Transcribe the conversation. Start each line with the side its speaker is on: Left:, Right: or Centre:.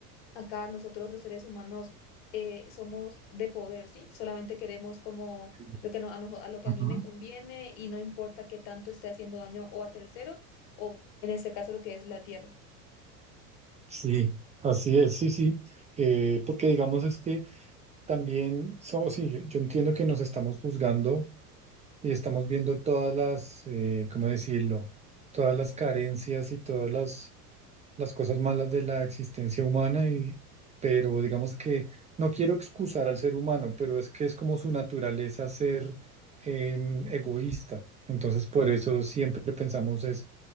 Left: acá nosotros los seres humanos eh, somos de poder, ¿sí? Solamente queremos como
Right: sí.
Left: lo que no- a, noso- a lo que
Right: Ujú,
Left: a mí me conviene y no importa qué tanto esté haciendo daño o a terceros o en este caso lo que es la tierra.
Right: Sí, así es, sí, sí, eh, porque digamos es que también somos, sí, yo yo entiendo que nos estamos juzgando y estamos viendo todas las, eh, ¿cómo decirlo? Todas las carencias y todas las las cosas malas de la existencia humana, y, pero digamos que no quiero excusar al ser humano, pero es que es como su naturaleza ser em, egoísta. Entonces, por eso siempre pensamos es